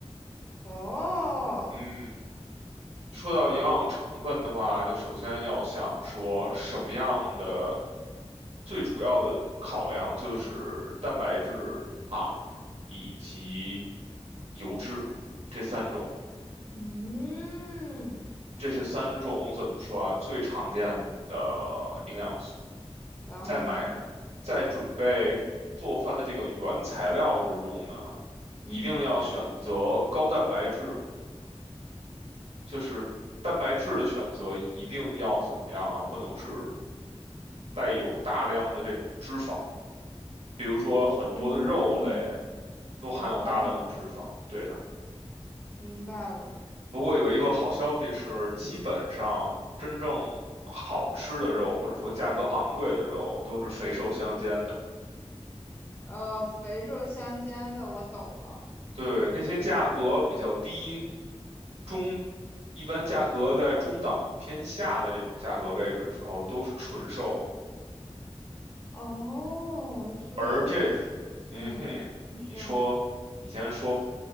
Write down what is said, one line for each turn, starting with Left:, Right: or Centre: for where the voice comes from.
Left: 哦，
Right: 嗯。说到营养成分的话，就首先要想说什么样的最主要的考量就是蛋白质、糖以及油脂这三种，
Left: 嗯，
Right: 这是三种怎么说啊？最常见的营养素。
Left: 然后呢？
Right: 在买在准备做饭的这个原材料之中呢，
Left: 嗯，
Right: 一定要选择高蛋白质。就是蛋白质的选择一定要怎么样啊？不能是带有大量的这种脂肪，比如说很多的肉类
Left: 哦，哦，
Right: 都含有大量的脂肪，对的。
Left: 明白了。
Right: 不过有一个好消息是，基本上真正好吃的肉，或者说价格昂贵的肉，都是肥瘦相间的。
Left: 呃，肥瘦相间的，我懂了。
Right: 对，那些价格比较低，中，一般价格在中档偏下的这种价格位置的时候，都是纯瘦的。
Left: 哦，所以其实，
Right: 而这，
Left: 嗯，
Right: 嗯哼，
Left: 你说，
Right: 你说，你先说，